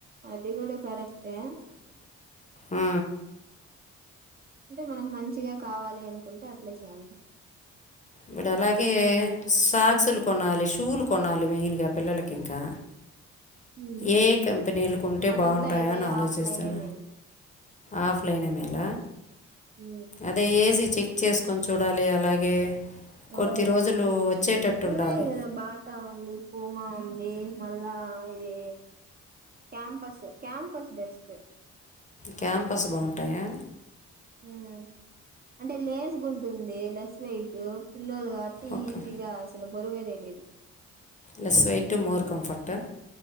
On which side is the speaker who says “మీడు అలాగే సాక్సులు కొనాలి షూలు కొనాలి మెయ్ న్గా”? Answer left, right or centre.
Left